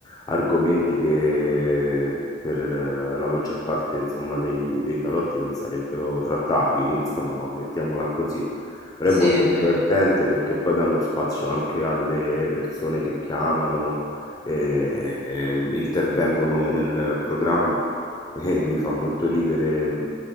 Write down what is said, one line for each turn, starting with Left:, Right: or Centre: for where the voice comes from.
Left: argomenti che per eh, la maggior parte, insomma, dei, dei salotti non sarebbero trattabili, insomma, mettiamola così. Però
Right: Sì,
Left: è molto
Right: è vero.
Left: divertente perché poi danno spazio anche alle persone che chiamano e, e intervengono nel programma e mi fa molto ridere